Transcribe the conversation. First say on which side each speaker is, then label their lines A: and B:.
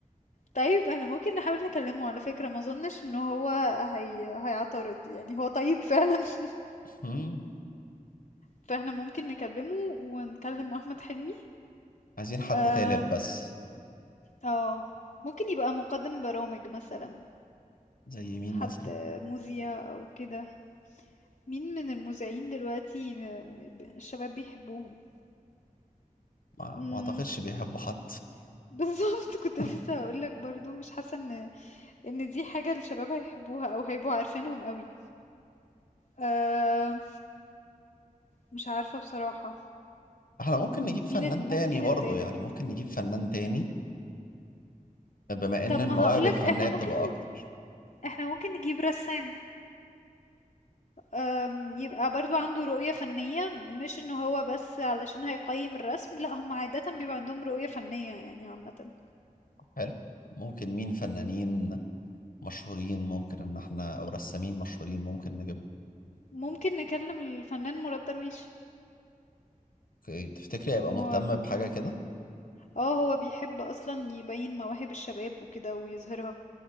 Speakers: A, on the left; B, on the left.
A: طيب احنا ممكن نحاول نكلمه على فكرة ما اظنش ان هو هي... هيعترض يعني هو طيب فعلا <laughs>
B: مم.
A: فاحنا ممكن نكلمه ونكلم احمد حلمي
B: عايزين حد
A: آم،
B: تالت بس
A: اه ممكن يبقى مقدم برامج مثلا
B: زي مين
A: حد
B: مثلا
A: مذيع او كده مين من المذيعين دلوقتي م- م- ب- الشباب بيحبوهم
B: ما
A: امم
B: ما اعتقدش بيحبوا حد
A: <laughs> بالظبط كنت
B: <laughs>
A: لسه هقول لك برضو مش حاسه ان ان دي حاجه الشباب هيحبوها او هيبقوا عارفينهم قوي أه مش عارفه بصراحه
B: احنا ممكن نجيب فنان
A: مين الت- ممكن
B: تاني برضو
A: التالت
B: يعني ممكن نجيب فنان تاني بما ان
A: طب
B: المواهب
A: ما هقول
B: الفنية
A: لك احنا ممكن
B: بتبقى اكتر
A: احنا ممكن نجيب رسام أم، يبقى برضو عنده رؤية فنية مش انه هو بس علشان هيقيم الرسم لا هم عادة بيبقى عندهم رؤية فنية يعني عامة
B: حلو ممكن مين فنانين مشهورين ممكن ان احنا او رسامين مشهورين ممكن نجيب
A: فممكن نكلم الفنان مراد درويش
B: أوكي، تفتكري هيبقى مهتم
A: هو
B: بحاجة كده
A: اه هو بيحب اصلا يبين مواهب الشباب وكده ويظهرها